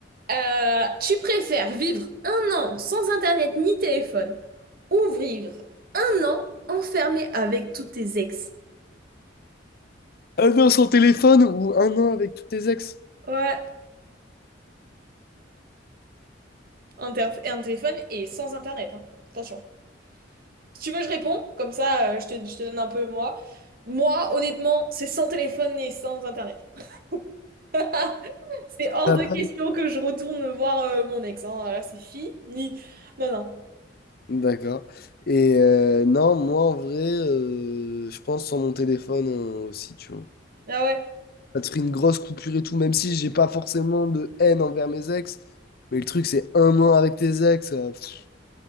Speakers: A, on the right; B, on the left.
A: Euh, tu préfères vivre un an sans internet ni téléphone ou vivre un an enfermé avec tous tes ex?
B: Un an sans téléphone ou un an avec tous tes ex?
A: Ouais, Interf- un téléphone et sans internet, hein. Attention. Si tu veux, je réponds, comme ça euh, je te, je te donne un peu moi. Moi, honnêtement, c'est sans téléphone et sans internet. <laughs> C'est hors
B: T'as
A: de
B: pas-
A: question que je retourne voir euh, mon ex, hein. Là, c'est fini. Non, non.
B: D'accord. Et euh, non, moi, en vrai, euh, je pense sans mon téléphone euh, aussi, tu vois.
A: Ah ouais?
B: ça te ferait une grosse coupure et tout, même si j'ai pas forcément de haine envers mes ex. Mais le truc, c'est un an avec tes ex, euh, pff,